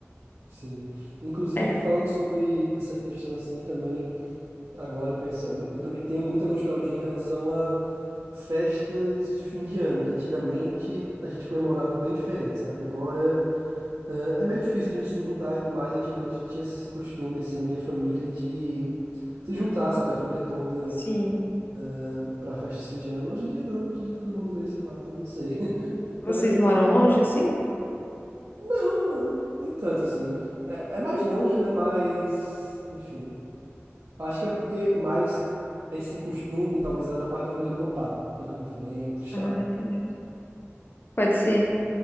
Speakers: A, on the right; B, on the left.
A: Sim. Inclusive,
B: É,
A: falando sobre essa questão assim também, agora pensando, eu também tenho muita nostalgia em relação a festas de fim de ano, que antigamente a gente comemorava bem diferente, sabe? Agora. É é meio difícil a gente se juntar e tudo mais. Antigamente a gente tinha esse costume, assim, na minha família de se juntar, sabe? A família toda
B: sim.
A: para pra festa de fim de ano. Hoje em dia não, hoje em dia todo mundo meio separado, não sei. <laughs>
B: Vocês
A: Também porque.
B: moram longe, assim?
A: Não, não, nem tanto assim. É, é mais longe, né? Mas. Enfim. Acho que é porque mais esse costume talvez era da parte da família do meu pai, que, como eu falei, é em outro estado.
B: Ah, entendi. Pode ser.